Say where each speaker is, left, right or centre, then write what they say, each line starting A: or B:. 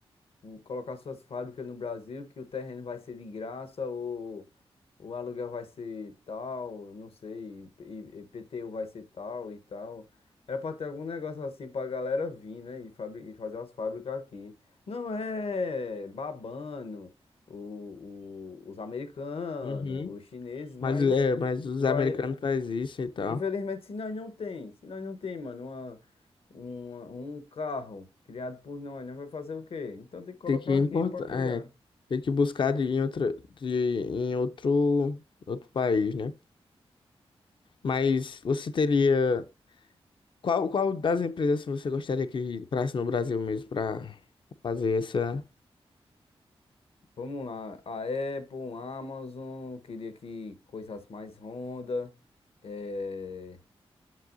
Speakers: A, on the left; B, on the left.
A: o- colocar suas fábricas no Brasil, que o terreno vai ser de graça ou o aluguel vai ser tal, não sei, e, e IPTU vai ser tal e tal. Era pra ter algum negócio assim pra galera vir, né? E, fabri- e fazer as fábricas aqui. Não é babando o, o- os americanos,
B: Uhum.
A: os chineses,
B: Mas,
A: mas
B: é, mas os
A: vai.
B: americanos fazem isso e tal.
A: Infelizmente, se nós não tem, se nós não tem, mano, uma, uma- um carro criado por nós, nós vai fazer o quê? Então tem que colocar
B: Tem que importar,
A: aqui para criar.
B: é, tem que buscar de, em outra, de, em outro, outro país, né? Mas você teria. Qual, qual das empresas assim, você gostaria que entrasse no Brasil mesmo para fazer essa.
A: Vamos lá, a Apple, a Amazon, queria que coisas mais Honda. eh,